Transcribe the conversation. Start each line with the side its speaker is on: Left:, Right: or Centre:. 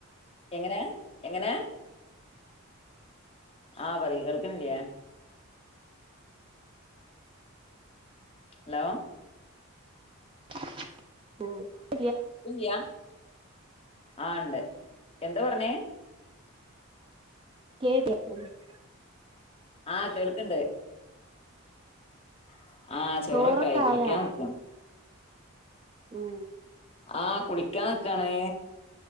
Left: എങ്ങനെ എങ്ങനെ ആഹ് പറയ് കേൾക്കില്ലേ അലോ
Right: <unintelligible> ഓ
Left: ഇല്ലിയാ ആ ഉണ്ട് എന്താ പറഞ്ഞേ
Right: കേ <unintelligible>
Left: ആഹ് കേൾക്ക്ണ്ട് <inaudible> ആ ചോറൊക്കായി
Right: ചോറൊക്കെ
Left: കുളിക്കാൻ
Right: ആയാ
Left: നിക്ക
Right: ഉം
Left: ആഹ് കുളിക്കാാനൊക്കാണ്